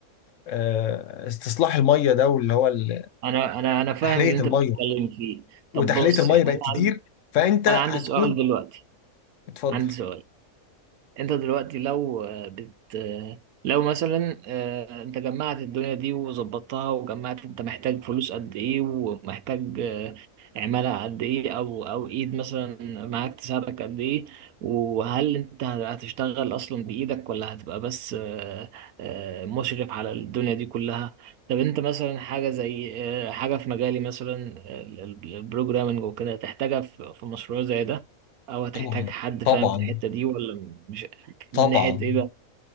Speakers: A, on the left; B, on the right.
A: آه، استصلاح الميه ده واللي هو ال-
B: انا انا انا فاهم
A: تحليه
B: اللي انت
A: الميه
B: بتتكلم فيه
A: وتحليه
B: طب بص
A: الميه
B: يعني
A: بقت
B: انا
A: كتير
B: عندي
A: فانت هتكون
B: انا عندي سؤال دلوقتي
A: اتفضل
B: عندي سؤال انت دلوقتي لو آه، بت آه، لو مثلا آه، انت جمعت الدنيا دي وظبطتها وجمعت انت محتاج فلوس قد ايه ومحتاج آه، عمالة قد ايه او او ايد مثلا معاك تساعدك قد ايه وهل انت هتشتغل اصلا بايدك ولا هتبقى بس آه، آه، مشرف على الدنيا دي كلها طب انت مثلا حاجة زي آه، حاجة في مجالي مثلا البروجرامنج وكده تحتاجها في في مشروع زي ده او هتحتاج
A: طبعا
B: حد فاهم
A: طبعا
B: في الحتة دي ولا مش من
A: طبعا
B: ناحية ايه بقى